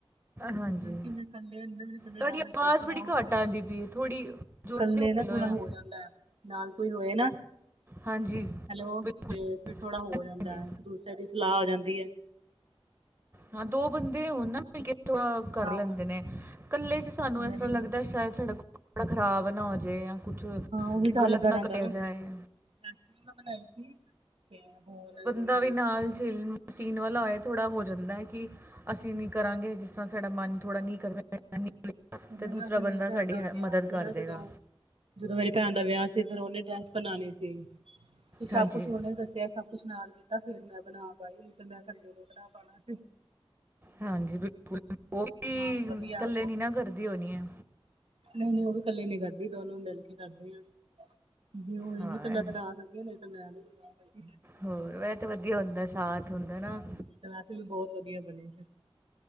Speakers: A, on the right; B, on the right.
A: ਹਾਂਜੀ
B: ਕਿਤੇ ਕੱਲੇ ਅੰਦਰ ਨੇ ਕੱਲੇ
A: ਤੁਹਾਡੀ
B: ਡਰ ਲੱਗਦੇ
A: ਆਵਾਜ਼
B: ਥੋੜਾ
A: ਬੜੀ
B: ਹੋਵੇ
A: ਘੱਟ
B: ਨਾ।
A: ਆਉਂਦੀ ਪਈ ਹੈ ਥੋੜੀ ਜ਼ੋਰ
B: ਕੱਲੇ
A: ਦੀ ਬੋਲੋ
B: ਨਾ ਥੋੜਾ
A: ਆ
B: ਹੋ ਜਾਂਦਾ ਐ ਨਾਲ ਕੋਈ ਹੋਏ ਨਾ।
A: ਹਾਂਜੀ
B: ਹੈਲੋ,
A: ਬਿਲਕੁਲ
B: ਤੇ ਫੇਰ ਥੋੜਾ ਹੋ
A: ਹਾਂਜੀ
B: ਜਾਂਦਾ ਇੱਕ ਦੂਸਰੇ ਦੀ ਸਲਾਹ ਹੋ ਜਾਂਦੀ ਐ।
A: ਹਾਂ ਦੋ ਬੰਦੇ ਓਹਨਾ ਦੇ ਕਿਥੋ ਆ, ਕਰ
B: ਹਾਂ
A: ਲੈਂਦੇ
B: ਹਾਂ
A: ਨੇ, ਕੱਲੇ ਚ ਸਾਨੂੰ
B: ਮੇਰੀ
A: ਇਸ ਤਰ੍ਹਾਂ ਲੱਗਦਾ
B: ਹਾਂ
A: ਸ਼ਾਇਦ ਸਾਡਾ ਕ, ਕੱਪੜਾ ਖਰਾਬ ਨਾ ਹੋ ਜੇ। ਕੁਛ,
B: ਉਹੀ ਡਰ
A: ਗਲਤ
B: ਲੱਗਾ
A: ਨਾ
B: ਰਹਿੰਦਾ
A: ਕੱਟਿਆ ਜਾਏ।
B: <unintelligible> ਬਣਾਈ ਸੀ, ਤੇ ਹੋਰ
A: ਦਾ
B: ਮੈਂ
A: ਵੀ ਨਾਲ ਸਿਲਮਾ ਸੀਨ ਵਾਲਾ ਹੋਏ ਥੋੜਾ ਹੋ ਜਾਂਦਾ ਹੈ ਕੀ, ਅਸੀਂ ਨੀ ਕਰਾਂਗੇ ਜਿਸ ਤਰ੍ਹਾਂ ਸਾਡਾ ਮਨ ਥੋੜਾ ਨਹੀਂ ਕਰ ਰਿਆ। <unintelligible>
B: ਉਹੀ
A: ਤੇ ਦੂਸਰਾ
B: ਨਾ ਫਿਰ ਮੇਰੀ
A: ਬੰਦਾ
B: ਭੈਣ
A: ਸਾਡੀ
B: ਦਾ ਹੁਣ
A: ਹੈ
B: ਵਿਆਹ
A: ਮਦਦ
B: ਸੀ
A: ਕਰ
B: ਨਾ
A: ਰਿਆ,
B: ਜਦੋਂ ਜਦੋਂ ਮੇਰੀ ਭੈਣ ਦਾ ਵਿਆਹ ਸੀ ਫਿਰ ਉਹਨੇ ਡਰੈਸ ਬਣਾਉਣੀ ਸੀ, ਤੇ ਸਭ
A: ਹਾਂਜੀ
B: ਕੁਛ ਉਹਨੇ ਦੱਸਿਆ ਸਭ ਕੁਛ ਨਾਲ ਕੀਤਾ ਫੇਰ ਮੈਂ ਬਣਾ ਪਾਈ ਤੇ ਮੈਂ ਇਕੱਲੇ ਨੀ ਬਣਾ ਪਾਣਾ ਸੀ
A: ਹਾਂਜੀ ਬਿਲਕੁਲ ਉਹ ਵੀ,
B: ਹਾਂ ਤੇ ਵਧੀਆ
A: ਕੱਲੇ ਨੀ ਨਾ ਕਰਦੀ ਹੋ ਨੀ ਏ।
B: ਨਈ-ਨਈ ਓ ਵੀ ਕੱਲੇ ਨੀ ਕਰਦੀ ਦੋਨੋ ਮਿਲ ਕੇ ਕਰਦੇ ਆ ਜੇ ਉਹ ਹੋਏਗੀ
A: ਹਾਂ
B: ਤੇ ਮੈਂ ਬਣਾ ਦਿੰਦੀ ਮੈਂ ਨਈ ਨਾ ਕਰਦੀ
A: ਹੋਰ ਵੈਹੇ ਤੇ ਵਦੀਆ ਹੁੰਦਾ ਐ ਸਾਥ। ਹੁੰਦਾ ਨਾ
B: ਹਾਂ <unintelligible> ਵੀ ਬਹੁਤ ਵਧੀਆ ਬਣੇ